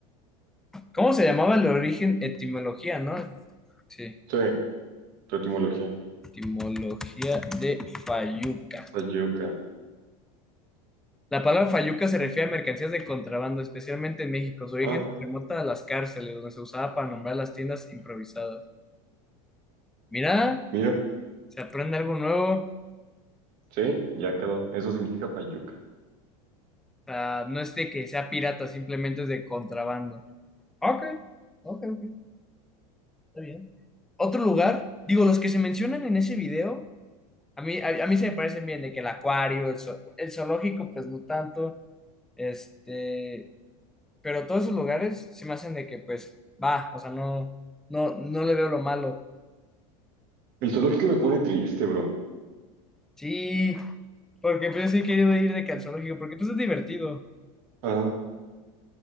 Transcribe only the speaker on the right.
Sí, tu etimología.
Fayuca.
Ah,
mira,
sí, ya quedó. Eso significa Fayuca.
El zoológico me pone triste, bro.
Ajá.